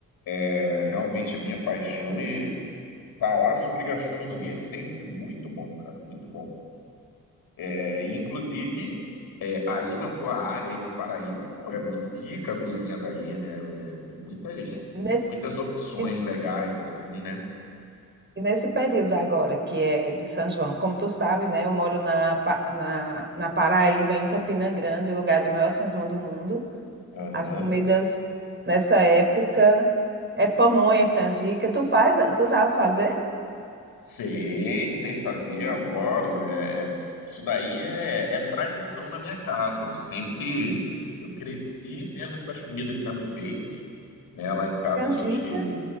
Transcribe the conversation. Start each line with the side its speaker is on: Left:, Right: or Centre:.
Left: é realmente a minha paixão e falar sobre gastronomia é sempre muito bom, cara, muito bom. É, e inclusive, é, aí na tua área, aí na Paraíba, pô, é muito rica a cozinha daí, né? É, tem muitas,
Right: nesse,
Left: muitas opções
Right: e-
Left: legais assim, né?
Right: e nesse período agora, que é de São João. Como tu sabe, né? Eu moro na, Pa- na, na Paraíba, em Campina Grande, o lugar do maior São João do mundo.
Left: Aham.
Right: As comidas nessa época é pamonha, é canjica. Tu faz, tu sabe fazer?
Left: Sei, sei fazer, adoro. É, é- isso daí é, é tradição na minha casa. Eu sempre, eu cresci vendo essas comidas sendo feitas, né? Lá em casa
Right: Canjica?
Left: a gente,